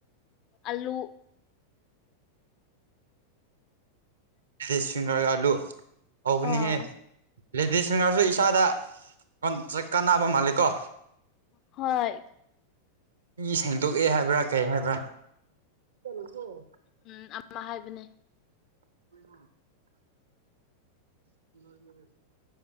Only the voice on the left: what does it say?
ꯑꯗꯨꯒꯝ ꯑꯂꯨ
ꯑꯥ
ꯍꯣꯏ
ꯎꯝ ꯑꯃ ꯍꯥꯏꯕꯅꯦ